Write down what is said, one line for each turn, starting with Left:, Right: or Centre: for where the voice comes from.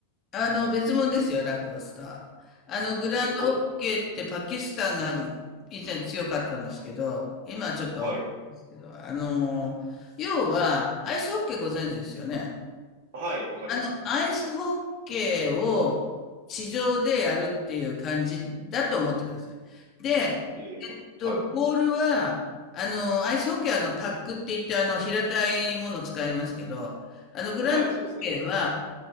Left: あの、別物ですよ、ラクロスとは。あの、グランドホッケーってパキスタンが
Right: <laughs> えど、
Left: 以前強かったんですけど、今はちょっとわかんないですけど、
Right: はい。
Left: あの、要は、アイスホッケーご存知ですよね。
Right: はい、わかります。
Left: あの、アイスホッケーを地上でやるっていう感じだと思ってください。で、
Right: えー、
Left: えっと、
Right: はい。
Left: ボールは、あの、アイスホッケーはあの、パックって言って、あの、平たいものを使いますけど、あの、グランドホッケーは
Right: はい、そうですね。